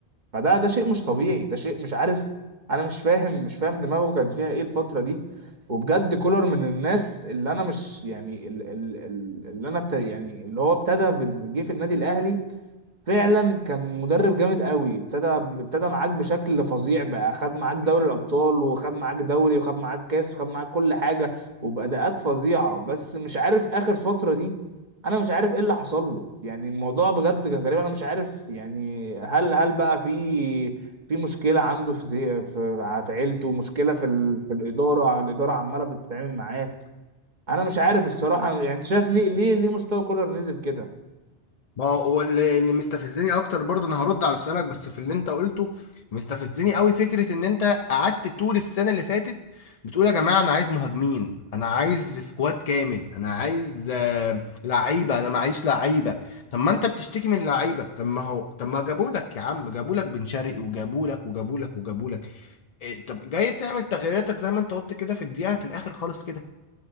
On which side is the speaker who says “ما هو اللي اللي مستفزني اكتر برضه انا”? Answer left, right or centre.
Left